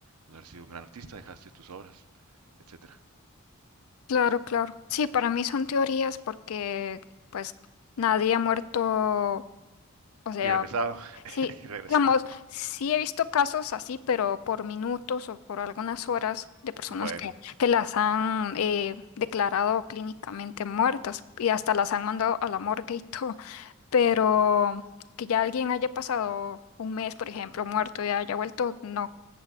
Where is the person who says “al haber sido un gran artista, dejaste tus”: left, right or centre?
Right